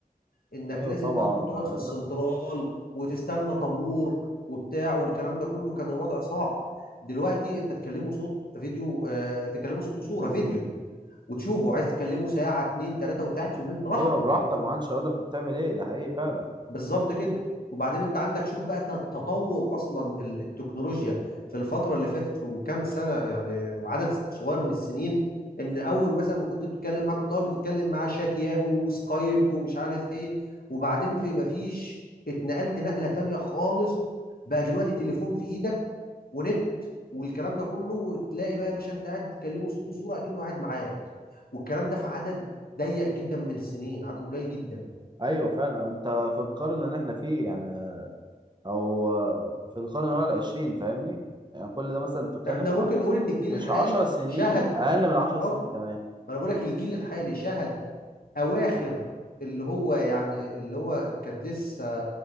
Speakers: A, on the left (about 75°); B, on the right (about 30°).
A: انك
B: ايوه
A: لازم
B: طبعا
A: بقى تروح تقعد
B: آه،
A: في السنترال
B: لا،
A: وتستنى طابور وبتاع والكلام ده كله كان الوضع صعب دلوقتي انت تكلمه صوت فيديو آه تكلمه صوت وصوره فيديو وتشوفه عايز تكلمه ساعه اتنين تلاته وانت قاعد في البيت براحتك
B: ايوه براحتك ما حدش هيقول لك بتعمل ايه ده حقيقي فعلا
A: بالظبط كده وبعدين انت عندك شوف بقى ت- تطور اصلا ال- التكنولوجيا في الفتره اللي فاتت وكام سنه يعني عدد صغير من السنين ان اول مثلا ما كنت بتتكلم معاه كنت الاول بتتكلم معاه شات ياهو وسكايب ومش عارف ايه وبعدين في ما فيش اتنقلت نقله تانية خالص بقى دلوقتي تليفون في ايدك ونت والكلام ده كله وتلاقي بقى يا باشا انت قاعد تكلمه صوت وصوره اكنه قاعد معاك والكلام ده في عدد ضيق جدا من السنين عدد قليل جدا
B: ايوه فعلا انت في القرن اللي احنا فيه يعني او آه، في القرن اللي هو العشرين فاهمني يعني كل ده مثلا تتكلم
A: احنا ممكن
B: في
A: نقول ان الجيل
B: مش
A: الحالي
B: عشر سنين
A: شهد
B: اقل من عشر
A: اه
B: سنين كمان
A: ما انا بقول لك الجيل الحالي شهد اواخر اللي هو يعني اللي هو كانت لسه